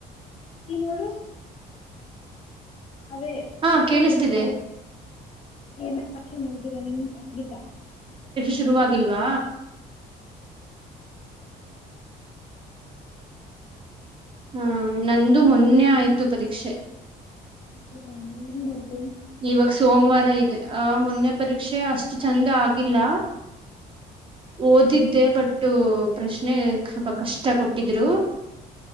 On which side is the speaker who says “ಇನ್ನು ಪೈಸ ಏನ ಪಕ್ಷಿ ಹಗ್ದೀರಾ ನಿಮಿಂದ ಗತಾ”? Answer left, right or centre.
Left